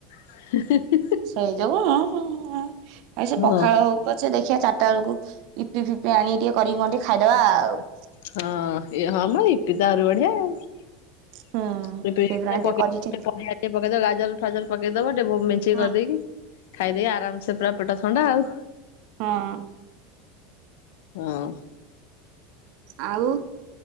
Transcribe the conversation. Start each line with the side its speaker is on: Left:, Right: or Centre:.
Left: <unintelligible>
Right: ସେଇ ଯୋଗୁ ଉଁ ଉଁ ଉଁ ଆଇ ସେ
Left: ହଁ
Right: ପଖାଳ ହଉ ପଛେ ଦେଖିଆ ଚାଟା ବେଳକୁ ଇପି ଫିପି ଆଣି ଟିକେ କରିକି କଣ ଟିକେ ଖାଇଦବା ଆଉ।
Left: ହଁ ହଁ ମ ଇପି ତ ଆହୁରି ବଢିଆ। <unintelligible>
Right: ହୁଁ
Left: ଟିକେ
Right: ସେଇଥିରୁ ଆଣି
Left: ପକେଇଦବ
Right: କରିକି
Left: ଗାଜର ଫାଜର ପକେଇଦବ ଟିକେ ମିଞ୍ଚେଇ
Right: ହୁଁ
Left: କରିଦେଇକି ଖାଇଦେଇ ଆରାମସେ ପୁରା ପେଟ ଥଣ୍ଡା ଆଉ।
Right: ହଁ।
Left: ଆଉ।
Right: ଆଉ